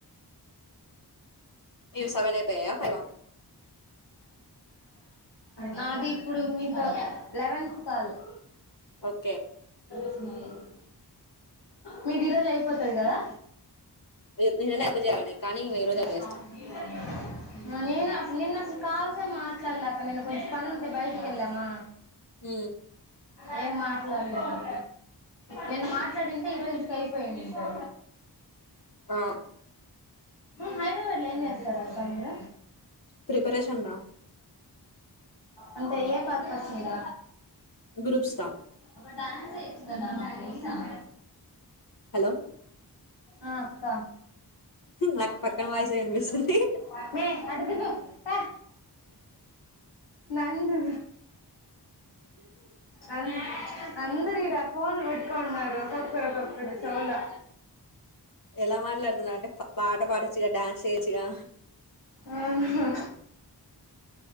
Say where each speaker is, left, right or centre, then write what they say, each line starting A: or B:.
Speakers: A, on the left; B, on the left.
A: మీవి సెవెన్ అయిపోయాయా ఫైవా
B: నాది ఇప్పుడు మీతో లెవెన్త్ కాలు
A: ఓకే
B: ఉ మీది ఈ రోజు అయిపోతది కదా
A: <unintelligible> న్న ఎయిడు చేయ కానీ
B: అ
A: ఇంక ఈరోజు అపేస్తా
B: సౌ <unintelligible> ఉ నేను అసలు నిన్న అసలు కాల్సే మాట్లాడలే అక్క నేను కొంచెం పని ఉంటే బయటికి వెళ్ళామా
A: హ
B: ఏం మాట్లాడలేదు నిన్న మాట్లాడింటే ఈరోజుటికి అయిపోయిండిండేది
A: ఆ
B: హైదరాబాద్ లో ఏం చేస్తారు అక్క మీరు
A: ప్రిపరేషన్ రా
B: అంటే ఏ పర్పస్ మీద
A: గ్రూప్ స్టార్
B: నువ్వు డాన్స్ వేయచ్చు కదా నాకోసం
A: హలో
B: ఆ అక్క సాంగ్
A: నాకు పక్కన
B: అన్నా
A: వాయిసే
B: పాడొచ్చు
A: విపిస్తుంది
B: కదా మే అటు దిగు పా నందు అంతి అందరు ఈడ ఫోన్లు వెట్టుకున్నారు ఒక్కొక్కరు ఒక్కొక్కరు చౌలో
A: ఎలా మాట్లాడుతున్నారు అంటే ప పాట పాడొచ్చుగా డ్యాన్స్ చేయొచ్చుగా
B: ఆ హా